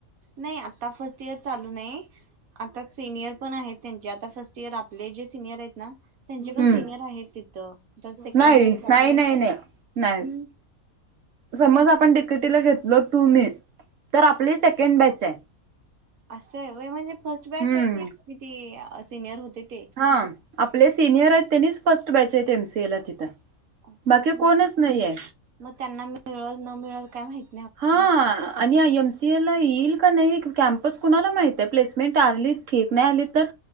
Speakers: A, on the right; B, on the right.
A: नाही आता फर्स्ट इयर चालू नाही. आता सिनियर पण आहेत त्यांचे. आता फर्स्ट इयर आपले जे सिनियर आहेत ना. त्यांचे
B: हम्म
A: पण सिनियर आहेत तिथं. तर सेकंड
B: नाही.
A: इयर चालू
B: नाही.
A: आहे
B: नाही. नाही. नाही.
A: हम्म
B: समज आपण डीकेटीला घेतलो तु मी. तर आपली सेकंड बॅचे.
A: असंय व्हय म्हणजे फर्स्ट बॅच
B: हम्म
A: आहे की आपले ती सिनियर होते ते.
B: ह. आपले सिनियरेत त्यांनीच फर्स्ट बॅच आहेत एम सी ए ला तिथं.
A: हो.
B: बाकी कोणच नाहीये
A: म त्यांना मिळल न मिळल काय माहिती.
B: हा. आणि आय एम सी एला येईल का नाही. कॅम्पस कुणाला माहिते. प्लेसमेंट आली ठीक. नाही आली तर?